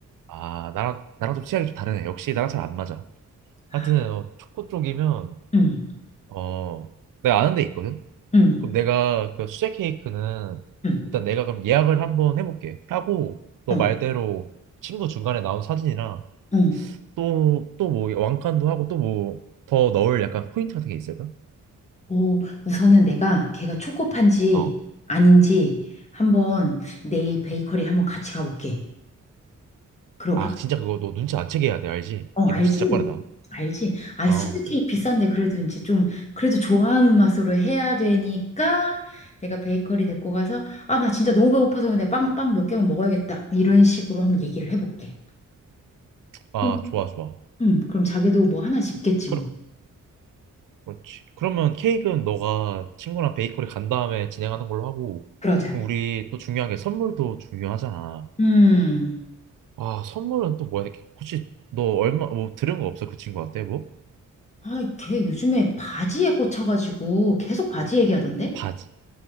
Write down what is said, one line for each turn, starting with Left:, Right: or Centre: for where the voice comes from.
Right: 아, 나랑 나랑 좀 취향이 좀 다르네. 역시 나랑 잘 안 맞아.
Left: 아,
Right: 하여튼 어, 초코 쪽이면
Left: 음,
Right: 어, 내가 아는 데 있거든.
Left: 음,
Right: 그럼 내가 그 수제 케이크는
Left: 음,
Right: 일단 내가 그럼 예약을 한번 해볼게. 하고 너
Left: 어,
Right: 말대로 친구 중간에 나온 사진이랑
Left: 음.
Right: 또 또 뭐 왕관도 하고 또 뭐 더 넣을 약간 포인트 같은 게 있을까?
Left: 오, 우선은 내가 걔가 초코파인지
Right: 어.
Left: 아닌지 한번 내일 베이커리 한번 같이 가볼게. 그럼
Right: 아
Left: 확,
Right: 진짜 그거 너 눈치 안 채게 해야 돼 알지?
Left: 어,
Right: 걔
Left: 알지?
Right: 눈치 진짜 빠르다.
Left: 알지? 아,
Right: 어.
Left: 수제 케이크 비싼데 그래도 이제 좀 그래도 좋아하는 맛으로 해야 되니까 내가 베이커리 데리고 가서 아, 나 진짜 너무 배고파서 내가 빵, 빵 몇 개만 먹어야겠다. 이런 식으로 한번 얘기를 해볼게.
Right: 아
Left: 그럼,
Right: 좋아 좋아.
Left: 음, 그럼 자기도 뭐 하나 집겠지
Right: 그럼
Left: 뭐.
Right: 그렇지. 그러면 케이크는 너가 친구랑 베이커리 간 다음에 진행하는 걸로 하고
Left: 그러자.
Right: 그럼 우리 또 중요한 게 선물도 중요하잖아.
Left: 음.
Right: 아, 선물은 또 뭐야? 혹시 너 얼마 뭐 들은 거 없어? 그 친구한테 뭐?
Left: 아, 걔 요즘에 바지에 꽂혀가지고 계속 바지 얘기하던데?
Right: 바지.